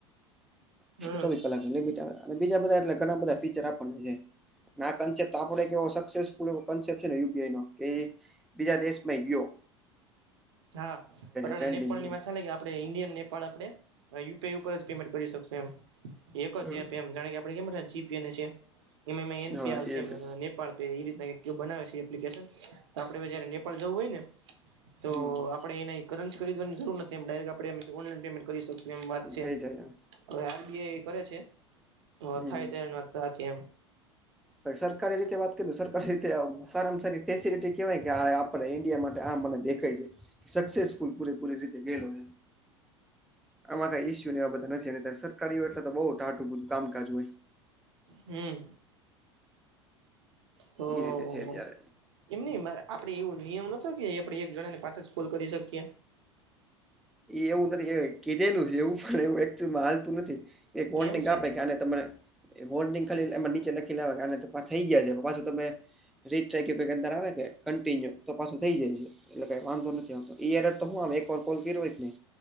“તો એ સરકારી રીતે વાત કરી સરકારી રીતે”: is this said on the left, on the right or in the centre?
Centre